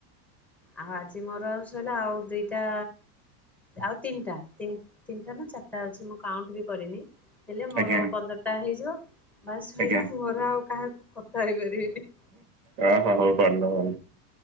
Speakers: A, in the centre; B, on the right.
A: ଆଉ ଆଜି ମୋର ଆଉ ସଇଲା ଆଉ ଦିଟି ଟା ଆଉ ତିନିଟା ତିନିଟା ନା ଚାରିଟା ଅଛି ମୁଁ କାଉଣ୍ଟ ବି କରିନି ହେଲେ ମୋର
B: ଆଜ୍ଞା
A: ପନ୍ଦରଟା ହେଇଯିବ ବାସ ସଇଲା
B: ଆଜ୍ଞା
A: ମୁଁ ମୋର ଆଉ କାହାକୁ କଥା ହେଇପାରିବିନି।
B: ଅହୋ ହଉ ତାହାଲେ ଭଲ